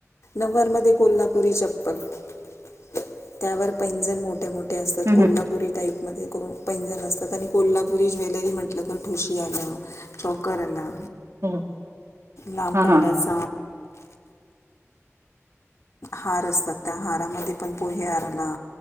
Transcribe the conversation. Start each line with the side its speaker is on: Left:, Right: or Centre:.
Left: नववार मधे कोल्हापुरी चप्पल त्यावर पैंजण मोठे, मोठे, असतात
Right: हम्म
Left: कोल्हापुरी टाईप मध्ये. पैजन असतात आणि कोल्हापुरी ज्वेलरी म्हटलं तर ठुशी आल्या, चॉकर आला.
Right: <unintelligible>
Left: लांब
Right: हा
Left: पल्लाच.
Right: हा
Left: हार असतात त्या हारामध्ये पण पोहे हार आला